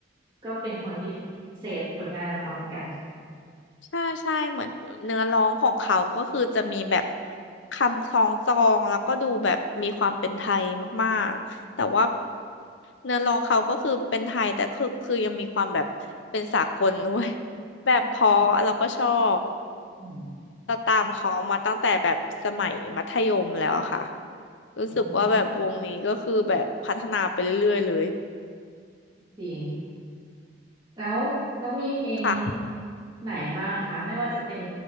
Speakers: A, on the right; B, on the left.
A: ก็เป็นคนที่เสพผลงานของเขาเหมือนกัน
B: ใช่ใช่เหมือนเนื้อร้องของเขา ก็คือจะมีแบบคำคล้องจองแล้วก็ดูแบบมีความเป็นไทยมากๆแต่ว่าเนื้อร้องเขาก็คือเป็นไทยแต่คือคือยังมีความแบบเป็นสากลด้วยแบบเพราะเราก็ชอบ
A: อืม
B: เราตามเขามาตั้งแต่แบบสมัยมัธยมแล้วอะค่ะรู้สึกว่าแบบวงนี้ก็คือแบบพัฒนาไปเรื่อยๆเลย
A: อืมจริง แล้วแล้วมีเพลง
B: ค่ะ
A: ไหนบ้างคะไม่ว่าจะเป็น